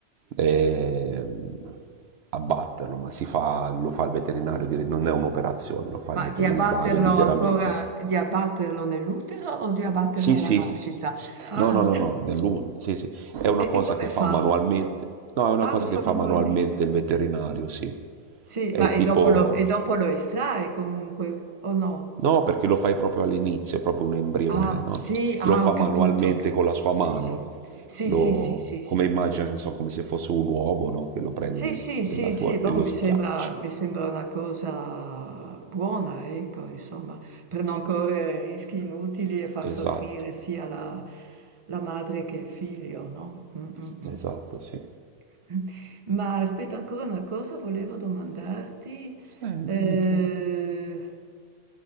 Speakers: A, on the right; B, on the right.
A: eh, abbatterlo, ma si fa, lo fa il veterinario, dire- non è un'operazione, lo fa
B: Ma
A: il veterinario
B: di abbatterlo
A: direttamente.
B: ancora di abbatterlo nell'utero o di abbatterlo
A: Sì,
B: alla
A: sì,
B: nascita?
A: sì.
B: Ah,
A: no, no, no, no, nell'u- sì, sì. È una
B: e
A: cosa
B: e come
A: che fa
B: fa?
A: manualmente, no, è una
B: Ah,
A: cosa
B: lo fa
A: che fa
B: manualmente.
A: manualmente il veterinario, sì.
B: Sì,
A: È
B: ma e
A: tipo...
B: dopo lo e dopo lo estrae comunque, o no?
A: No, perché lo fai proprio all'inizio, è proprio un embrione,
B: Ah,
A: no?
B: sì, ah,
A: Lo fa
B: ho
A: manualmente
B: capito, ho capito,
A: con la sua
B: sì,
A: mano,
B: sì. Sì,
A: lo,
B: sì, sì, sì, sì.
A: come immagina, non so, come se fosse un uovo, no? Che lo prendi
B: Sì,
A: nel-
B: sì,
A: della
B: sì,
A: tua
B: sì, boh,
A: e lo
B: mi
A: schiacci.
B: sembra, mi sembra una cosa buona, ecco, insomma, per non correre rischi inutili e far
A: Esatto,
B: soffrire sia la, la madre che il figlio, no? Mm, mm,
A: esatto,
B: mm.
A: sì.
B: <laughs> Ma aspetta, ancora una cosa volevo domandarti.
A: Eh,
B: eh,
A: dimmi pure.